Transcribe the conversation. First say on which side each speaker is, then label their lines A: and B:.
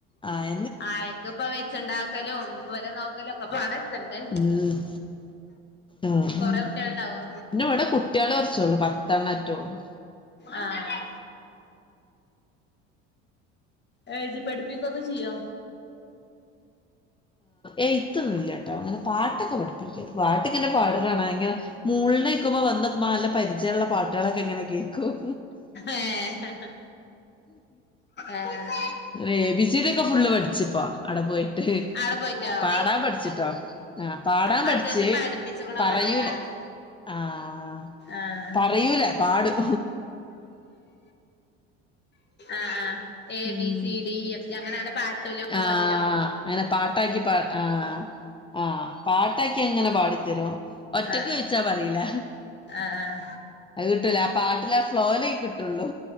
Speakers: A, on the left (about 15°); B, on the left (about 35°).
A: ആയ
B: ആയക്ക്‌ ഇപ്പ വെച്ച്ണ്ടാക്കലും ഇവലെ നോക്കലും ഒക്കെ പാടെ എത്തണ്ടേ
A: ഉം ആഹ്
B: കൊറെ കുട്ടികളുണ്ടാവോ
A: പിന്നെ ഇവിടെ കുട്ടികള് കൊറച്ചേള്ളൂ പത്ത്ണ്ണ മറ്റുള്ളൂ
B: ആഹ് എഴുതി പഠിപ്പിക്കൊക്കെ ചെയ്യൊ
A: എയ്തൊന്നുംയില്ലാട്ടോ അങ്ങനെ പാട്ടൊക്കെ പഠിപ്പിക്കും പാട്ടിങ്ങനെ പാടണ കാണാ ഇങ്ങനെ - മൂളിനെ കേക്കുമ്പോ വന്ന് നല്ല പരിചയുള്ള പാട്ടാളൊക്കെയി ങ്ങനെ കേക്കും
B: ഏഹ് ഏഹ്
A: എ ബി സി ഡി ഒക്കെ ഫുള്ള് പഠിച്ച് ഇപ്പൊ അവടെ പോയിട്ട്
B: ആടെ പോയിട്ടോ
A: പാടാൻ പഠിച്ചു
B: ആഹ്
A: ട്ടോ ആഹ് പാടാൻ
B: അപ്പൊ
A: പഠിച്ച്
B: അത്യാവശ്യം പഠിപ്പിച്ചുക്കണൊക്കെണ്ട്
A: പറയൂല.
B: ആഹ്
A: ആഹ്
B: ആഹ്
A: പറയൂല പാടും.
B: ആഹ് ആഹ് എ
A: ഉം
B: ബി C D E F G അങ്ങനെ അങ്ങനെ പാട്ടിലെ രൂപത്തിലോ
A: ആ അങ്ങനെ പാട്ടാക്കി പ ആഹ് ആഹ് പാട്ടാക്കി അങ്ങനെ പാടിത്തരുവോ ഒറ്റക്ക്
B: ആഹ്
A: ചോദിച്ചാ പറയില
B: ആഹ്
A: അത് കിട്ടൂല ആ പാട്ടിലെ ആ ഫ്ലോലെ കിട്ടുള്ളൂ.